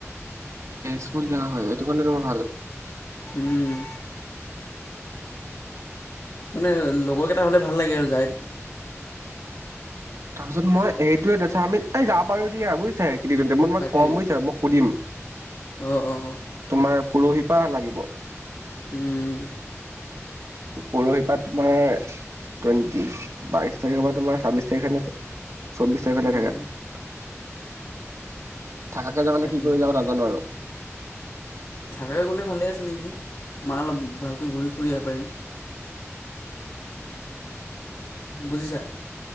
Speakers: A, on the right; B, on the left.
A: সুল যা হয় এইটো কাৰণে ৰ ভাল,
B: উম! মানে লগৰকেইটা হ'লে ভাল লাগে আৰু যাই,
A: তাৰপিছত মই সেইটোয়ে দেছা আমি এই যা পাৰো দিয়া বুজিছ। ই তোমাক
B: তাকেই
A: কম বুজিছা মই সুধিম
B: অঁ অঁ
A: তোমাৰ পৰহিপা লাগিব।
B: উম!
A: পৰহি পৰাা তোমাৰ টুৱেণ্ন্টি বাইশ তাৰিখৰ পৰা তোমাৰ ছাব্বিশ তাৰিখে, চৌববিশ এব্ৰেল
B: উম
A: থকাত, থাকে যাব মানে
B: তাকেই
A: কি কৰি যাব নাজানো আৰু
B: থাকৈ গ'লে ভালে আছে নেকি মাৰ অলপ ভালকৈ ঘূৰি ফুৰি আহিব পাৰিম বুজিছা